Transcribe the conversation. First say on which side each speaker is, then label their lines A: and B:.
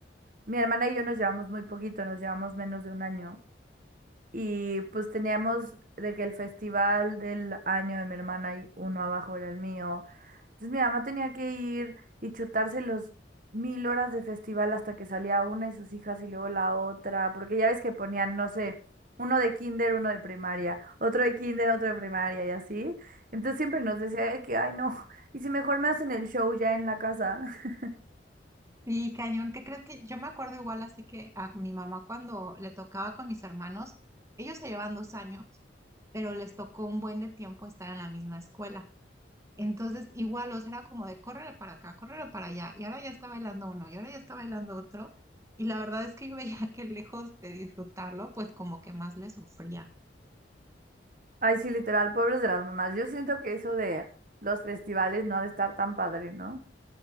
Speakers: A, on the right (about 45°); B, on the right (about 15°).
A: mi hermana y yo nos llevamos muy poquito, nos llevamos menos de un año. Y pues teníamos de que el festival del año de mi hermana y uno abajo era el mío. Entonces mi mamá tenía que ir y chutarse los mil horas de festival hasta que salía una y sus hijas y luego la otra, porque ya ves que ponían, no sé, uno de kinder, uno de primaria, otro de kinder, otro de primaria y así. Entonces siempre nos decía de que, ay no, y si mejor me hacen el show ya en la casa. <laughs>
B: Sí, cañón, ¿qué crees que yo me acuerdo igual así que a mi mamá cuando le tocaba con mis hermanos, ellos se llevan dos años, pero les tocó un buen de tiempo estar en la misma escuela. Entonces, igual, o sea, era como de córrele para acá, córrele para allá, y ahora ya está bailando uno, y ahora ya está bailando otro, y la verdad es que yo <laughs> veía que lejos de disfrutarlo, pues como que más le sufría.
A: Ay sí, literal, pobres de las mamás. Yo siento que eso de los festivales no ha de estar tan padre, ¿no?